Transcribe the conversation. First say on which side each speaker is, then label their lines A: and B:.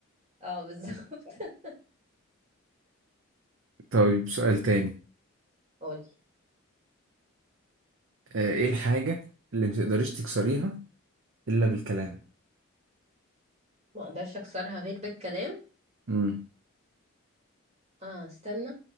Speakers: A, on the right; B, on the right.
A: اه بالظبط <laughs>
B: طيب سؤال تاني
A: قولي
B: آه، ايه الحاجه اللي متقدريش تكسريها الا بالكلام
A: ما اقدرش اكسرها غير بالكلام
B: امم
A: اه استنى